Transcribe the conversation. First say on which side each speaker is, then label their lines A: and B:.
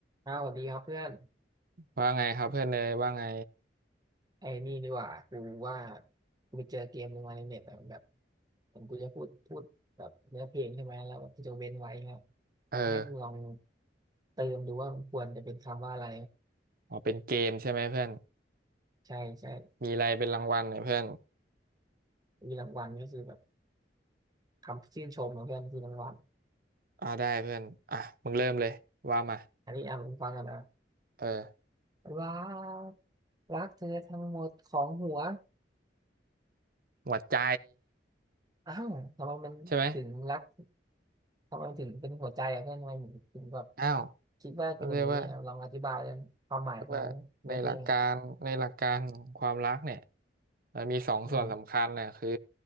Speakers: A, on the right (about 20°); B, on the right (about 55°).
A: อ้าวสวัสดีครับเพื่อน
B: ว่าไงครับเพื่อนเนยว่าไง
A: ไอ้นี่ดีกว่ากูว่ากูไปเจอเกมหนึ่งมาในเน็ตอะแบบเหมือนกูจะพูดพูดแบบเนื้อเพลงใช่ไหมแล้วแบบกูจะเว้นไว้เงี้ย
B: เออ
A: แล้วให้มึงลองเติมดูว่ามันควรจะเป็นคำว่าอะไร
B: อ๋อเป็นเกมใช่ไหมเพื่อน
A: ใช่ใช่
B: มีอะไรเป็นรางวัลเนี่ยเพื่อน
A: มีรางวัลก็คือแบบคำชื่นชมของเพื่อนคือรางวัล
B: อ่าได้เพื่อนอ่ะมึงเริ่มเลยว่ามา
A: อันนี้อ่ะมึงฟังกันนะ
B: เออ
A: รักรักเธอทั้งหมดของหัว
B: หมวดใจ
A: อ้าวทำไมมันถึงรัก
B: ใช่ไหม
A: ทำไมถึงเป็นหัวใจอะเพื่อนทำไมถึงแบบ
B: อ้าว
A: คิดว่าเป็นอย่างนี้อ่ะลองอธิบาย
B: เขาเรียกว่า
A: ความหมายของมันในเพลงเนี่ย
B: ว่าในหลักการในหลักการของความรักเนี่ยมันมีสองส่วนสำคัญเนี่ยคือ
A: อืม